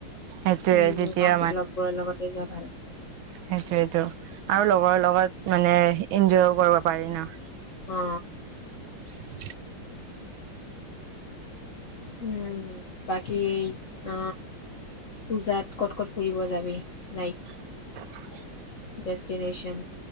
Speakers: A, on the right; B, on the left.
A: সেইটোয়ে
B: উম
A: তেতিয়া
B: লগ লগবোৰৰ লগতে যোৱা ভাল
A: সেইটোৱেতো আৰু লগৰ লগত মানে এনজয়ও কৰিব পাৰি ন।
B: অ
A: <unintelligible>
B: উম বাকী অ পূজাত ক'ত ক'ত ফুৰিব যাবি লাইক
A: <unintelligible>
B: ডেষ্টিনেশচন